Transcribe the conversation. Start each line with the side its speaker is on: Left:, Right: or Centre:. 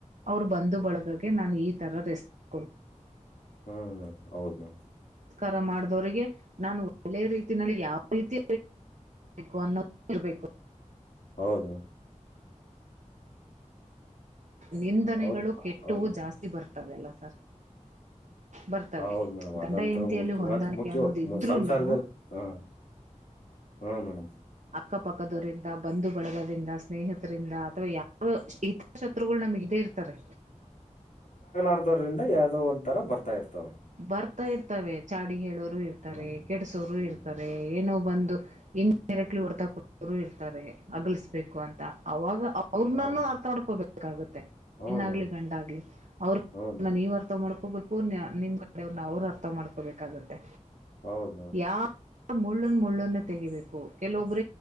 Right: ಅವ್ರು ಬಂದು ಬಳಗಕೆ ನಾನು ಈ ಥರ ರೆಸ್ಪ <unintelligible> ಕೊಡ್ <unintelligible>
Left: ಹ್ಮ್ <unintelligible> ಹೌದ್ ಮ್ಯಾಮ್ <unintelligible>
Right: <unintelligible> ನಸ್ಕಾರ ಮಾಡ್ದವರಿಗೆ ನಾನು ಒಳ್ಳೆ ರೀತಿನಲ್ಲಿ <unintelligible> ಯಾವ ರೀತಿ ಬೇಕು ಅನ್ನೋದು ಇರ್ಬೇಕು
Left: ಹೌದು
Right: ನಿಂದನೆಗಳು
Left: ಹೌದು
Right: ಕೆಟ್ಟವು
Left: ಹೌದು
Right: ಜಾಸ್ತಿ ಬರ್ತವೆ ಅಲ್ಲ ಸರ್ ಬರ್ತವೆ
Left: ಹೌದು ಮೇಡಮ್ ಅದಂತ
Right: ಗಂಡ ಹೆಂಡತಿಯಲ್ಲಿ
Left: ಮುಖ್ಯ
Right: ಹೊಂದಾಣಿಕೆ
Left: ಅ <unintelligible> ಮುಖ್ಯ
Right: ಅನ್ನೋದು ಇದ್ರುನು
Left: ಸಂಸಾರದಲ್ಲ ಹ <unintelligible> ಹಾ ಮೇಡಮ್
Right: ಅಕ್ಕ ಪಕ್ಕದವರಿಂದ ಬಂದು ಬಳಗೋದ್ರಿಂದ ಸ್ನೇಹಿತರಿಂದ ಅಥವಾ ಯಾರಿತ <unintelligible> <unintelligible> ಹಗಳು ನಮಗೇ ಇರ್ತಾರೆ
Left: <unintelligible> ದ ಯಾವದೋ ಒಂದ <unintelligible> ತರ ಬರ್ತಾ ಇರ್ತವೆ
Right: ಬರ್ತಾ ಇರ್ತವೆ ಚಾಡಿ ಹೇಳೋರು ಇರ್ತಾರೆ
Left: ಹ್ಞೂ
Right: ಕೆಡಸೋರು
Left: ಹ್ಞೂ
Right: ಇರ್ತಾರೆ ಏನೋ ಬಂದು ಇನ್ ಡೈರೆಕ್ಟ್ಲಿ ಹೊರ್ತಾರು ಇರ್ತಾರೆ ಅಗಲಿಸಬೇಕು ಅಂತ ಅವಾಗ ಅವ್ರನ್ನಾನ
Left: ಹೌದು
Right: ಅರ್ಥ ಮಾಡಡ್ಕೋಬೇಕಾಗುತ್ತೆ
Left: ಹ್ಞೂ
Right: ಹೆಣಗಲೀ
Left: ಮೇಡಮ್
Right: ಗಂಡಾಗ್ಲಿ ಅವರು
Left: ಹ್ಞೂ ಮೇಡಮ್
Right: ನನ್ನ ನೀವ್ ಅರ್ಥ ಮಾಡ್ಕೋಬೇಕು ನಿಮ್ ಕಡೆನ್ನ ಅವ್ರು ಅರ್ಥ ಮಾಡ್ಕೋಬೇಕಾಗತ್ತೆ
Left: ಹೌದು ಮೇಡಂ
Right: ಯಾವ ಮುಳ್ಳನ್ ಮುಳ್ಳನ್ನ ತೆಗಿಬೇಕು ಕೆಲವೊಬ್ರ